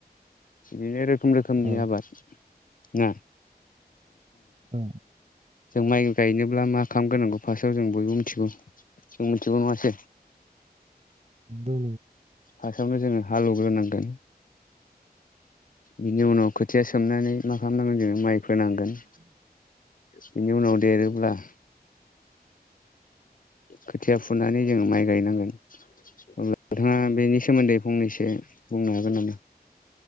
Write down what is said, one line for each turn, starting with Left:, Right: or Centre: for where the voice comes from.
Left: बिदिनो रोखोम रोखोमनि
Right: औ
Left: आबाद नङा
Right: औ
Left: जों माइ गायनोब्ला मा खालामगोनांगौ फार्टव जों बयबो मिथिगौ जोंथि जुन मास
Right: द
Left: फारावनो जोङो हा लुग्रोनांगोन बिनि उनाव खोथिया सोमनानै मा खालामनांगोन जोङो माइ फोनांगोन बेनि उनाव देरोब्ला खोथिया फुनानै जोङो माइ गायनांगोन अब्ला
Right: बि
Left: उन्दै फंनैसो बुंनो हागोन नामा